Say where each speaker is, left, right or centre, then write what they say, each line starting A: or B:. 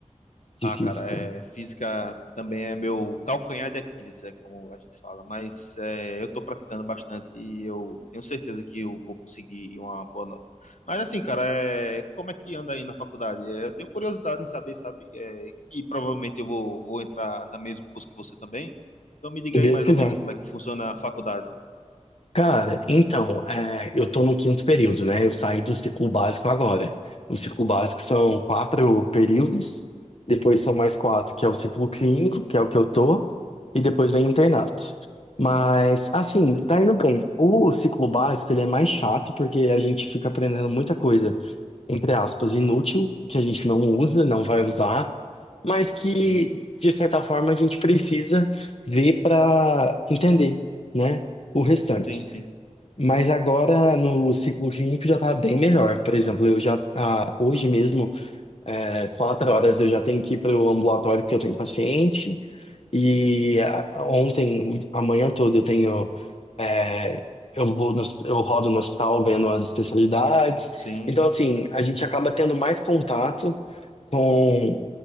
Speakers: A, on the left; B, on the left.
A: de
B: Ah,
A: física.
B: cara, é, física também é meu calcanhar de Aquiles, é como a gente fala, mas é, eu estou praticando bastante e eu tenho certeza que eu vou conseguir uma boa nota. Mas assim, cara, é, como é que anda aí na faculdade? É, eu tenho curiosidade em saber, sabe? É, e provavelmente eu vou, vou entrar no mesmo curso que você também. Então me diga
A: Se Deus
B: aí mais
A: quiser.
B: ou menos como é que funciona a faculdade.
A: Cara, então, é, eu tô no quinto período, né? Eu saí do ciclo básico agora. O ciclo básico são quatro períodos, depois são mais quatro, que é o ciclo clínico, que é o que eu tô, e depois vem o internato. Mas, assim,
B: Sim,
A: tá indo bem. O ciclo básico, ele é mais chato, porque a gente fica aprendendo muita coisa, entre aspas, inútil, que a gente não usa, não vai usar, mas que,
B: sim,
A: de certa forma, a gente precisa ver para entender, né? O restante.
B: sim, sim,
A: Mas agora no ciclo clínico já tá bem melhor. Por exemplo, eu já ah, hoje mesmo, é, quatro horas eu já tenho que ir para o ambulatório porque eu tenho paciente. E ah, ontem, amanhã toda eu tenho, é, eu vou no, hos- eu rodo no hospital vendo as especialidades.
B: sim.
A: Então assim, a gente acaba tendo mais contato com